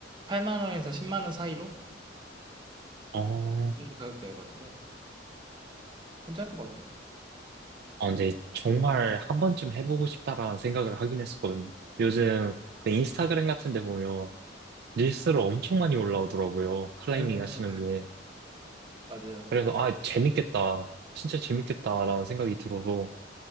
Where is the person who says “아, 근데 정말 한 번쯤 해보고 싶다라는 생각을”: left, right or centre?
Right